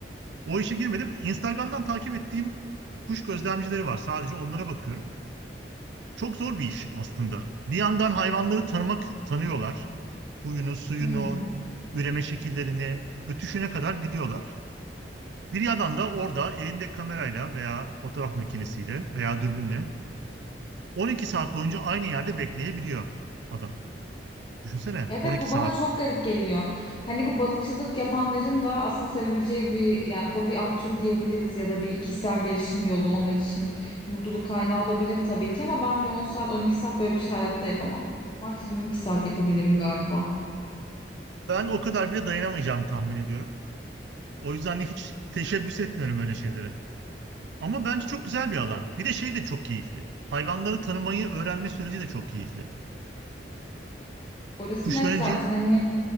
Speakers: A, on the right (about 75°); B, on the left (about 30°).
A: o işe girmedim. Instagram'dan takip ettiğim kuş gözlemcileri var. Sadece onlara bakıyorum. Çok zor bir iş aslında. Bir yandan hayvanları tanımak tanıyorlar. Huyunu, suyunu,
B: Hı hı.
A: üreme şekillerini, ötüşüne kadar biliyorlar. Bir yandan da orada elinde kamerayla veya fotoğraf makinesiyle veya dürbünle 12 saat boyunca aynı yerde bekleyebiliyor adam. Düşünsene
B: Evet
A: 12
B: bu
A: saat.
B: bana çok garip geliyor. Hani bu balıkçılık yapanların da aslında sevebileceği bir yani hobi alt türü diyebiliriz ya da bir kişisel gelişim yolu onlar için mutluluk kaynağı olabilir tabii ki ama ben bir 10 saat 12 saat böyle bir şey hayatta yapamam. Maksimum 2 saat yapabilirim galiba.
A: Ben o kadar bile dayanamayacağımı tahmin ediyorum. O yüzden de hiç teşebbüs etmiyorum öyle şeylere. Ama bence çok güzel bir alan. Bir de şey de çok keyifli. Hayvanları tanımayı öğrenme süreci de çok keyifli.
B: Orası
A: Kuşların
B: net zaten hani